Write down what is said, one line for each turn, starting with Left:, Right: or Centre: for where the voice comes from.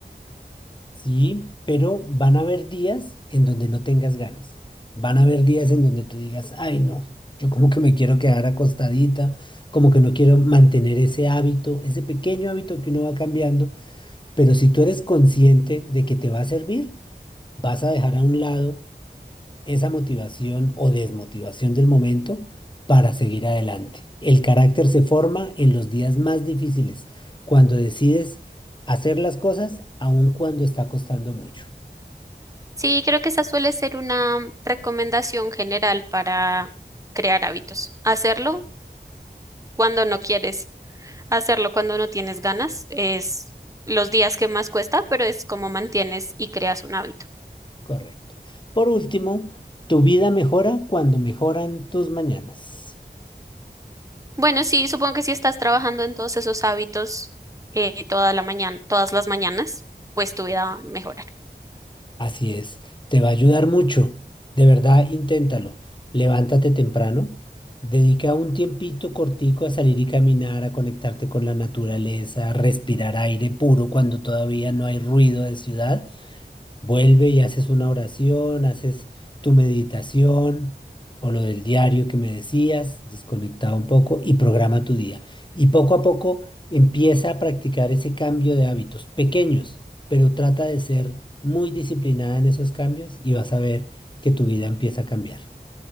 Left: ¿sí? Pero van a haber días en donde no tengas ganas. Van a haber días en donde tú digas, ay, no, yo como que me quiero quedar acostadita, como que no quiero mantener ese hábito, ese pequeño hábito que uno va cambiando. Pero si tú eres consciente de que te va a servir, vas a dejar a un lado esa motivación o desmotivación del momento para seguir adelante. El carácter se forma en los días más difíciles, cuando decides hacer las cosas, aun cuando está costando mucho.
Right: Sí, creo que esa suele ser una recomendación general para crear hábitos. Hacerlo cuando no quieres, hacerlo cuando no tienes ganas, es los días que más cuesta, pero es como mantienes y creas un hábito.
Left: Correcto. Por último, tu vida mejora cuando mejoran tus mañanas.
Right: Bueno, sí, supongo que si estás trabajando en todos esos hábitos eh, toda la mañana, todas las mañanas, pues tu vida va a mejorar.
Left: Así es, te va a ayudar mucho. De verdad, inténtalo. Levántate temprano, dedica un tiempito cortico a salir y caminar, a conectarte con la naturaleza, a respirar aire puro cuando todavía no hay ruido de ciudad. Vuelve y haces una oración, haces tu meditación o lo del diario que me decías, desconectado un poco y programa tu día. Y poco a poco empieza a practicar ese cambio de hábitos pequeños, pero trata de ser muy disciplinada en esos cambios y vas a ver que tu vida empieza a cambiar.